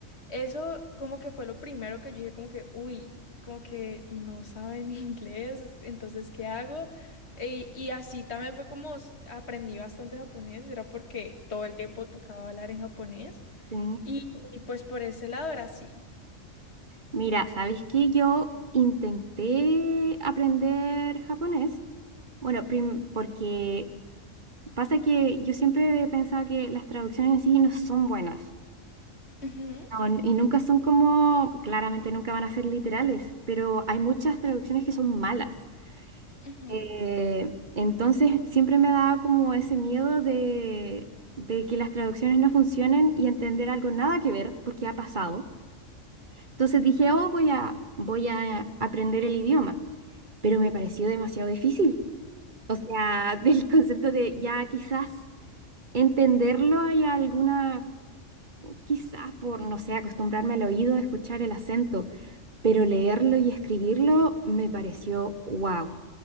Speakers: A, on the left; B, on the right.
A: Eso como que fue lo primero que yo dije como que, uy, como que no saben <laughs> inglés, entonces, ¿qué hago? Y, y así también fue como s- aprendí bastante japonés, era porque todo el tiempo tocaba hablar en japonés
B: Sí.
A: y, y, pues por ese lado era así.
B: Mira, ¿sabes qué? Yo intenté aprender japonés. Bueno, prim- porque Pasa que yo siempre pensaba que las traducciones en sí no son buenas.
A: Ujú,
B: No, n- y nunca son como, claramente nunca van a ser literales, pero hay muchas traducciones que son malas.
A: ujú.
B: Eh, entonces siempre me ha dado como ese miedo de, de que las traducciones no funcionen y entender algo nada que ver, porque ha pasado. Entonces dije, oh, voy a, voy a aprender el idioma, pero me pareció demasiado difícil. O sea, <laughs> del concepto de ya quizás entenderlo hay alguna Quizás por, no sé, acostumbrarme al oído, escuchar el acento, pero leerlo y escribirlo me pareció, wow,